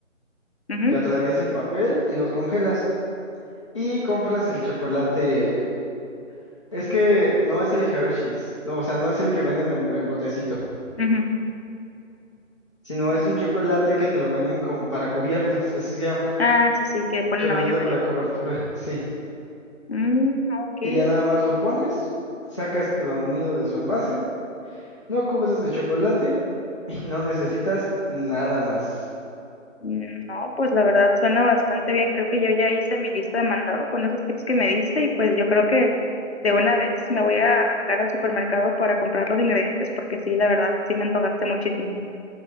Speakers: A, on the left; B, on the left.
A: ujú,
B: que atraviesa el papel y los congelas. Y compras el chocolate. Es que no es el Hershey's, no, o sea, no es el que venden en, en botecito.
A: ujú.
B: sino
A: Mm,
B: es un chocolate que te lo venden como para cubiertas, así se llama,
A: Ah, sí, sí, que ponen
B: chocolate
A: la baña María.
B: para cobertura, <laughs> sí.
A: Mm, ok,
B: Y ya nada
A: ok.
B: más lo pones, sacas tu nido de su envase, lo cubres de chocolate <laughs> y no necesitas nada más.
A: Mm, No, pues la verdad suena bastante bien. Creo que yo ya hice mi lista de mandado con esos tips que me diste y pues yo creo que de una vez me voy a arrancar al supermercado para comprar los ingredientes porque sí, la verdad, sí me antojaste muchísimo.